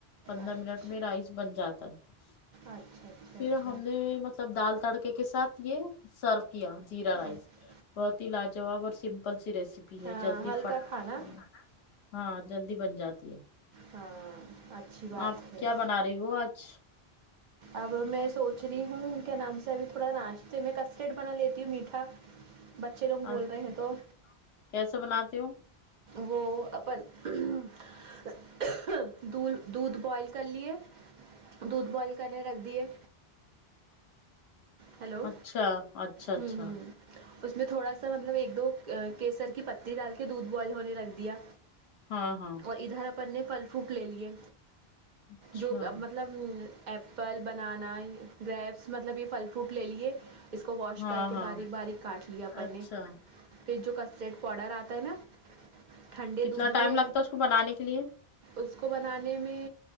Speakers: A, on the left (about 75°); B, on the right (about 55°).
A: پندرہ
B: اچھا
A: منٹ میں رائس بن جاتا ہے
B: اچھا اچھا
A: پھر
B: اچھا
A: ہم نے مطلب دال تڑکے کے ساتھ یہ سرف کیا زیرا رائس
B: اچھا
A: بہت ہی لاجواب اور سمپل سی ریسیپی ہے
B: ہاں
A: جلدی
B: ہلکا
A: فٹ
B: کھانا
A: ہ ہاں جلدی بن جاتی ہے
B: ہاں اچھی بات
A: آپ
B: ہے
A: کیا بنا رہی ہو آج
B: اب میں سوچ رہی ہوں ان کے نام سے ابھی تھوڑا ناشتے میں کسٹرڈ بنا لیتی ہوں میٹھا بچے لوگ بول
A: اچھا
B: رہے ہیں تو
A: کیسے بناتے ہو
B: وہ اپن اھھ دھ دودھ بوائل کر لیے دودھ بوائل کر رکھ دیے ہیلو
A: اچھا اچھا اچھا
B: ہ ہوں اس میں تھوڑا سا مطلب ایک دو کیسر کی پتی ڈال کے دودھ بوائل ہونے رکھ دیا
A: ہاں ہاں
B: اور ادھر اپن نے پھل فوٹ لےلئے
A: اچھا
B: جو مطلب ایپل بنانا گریپس مطلب یہ پھل لے لیے اس کو واش
A: ہاں
B: کر کے
A: ہاں
B: باریک باریک کاٹ لیا اپن
A: اچھا
B: نے پھر جو کس ریٹ پاؤڈر آتا ہے نا ٹھنڈے
A: کتنا
B: دودھ
A: ٹائم
B: میں
A: لگتا ہے اس کو بنانے کے لیے
B: اس کو بنانے میں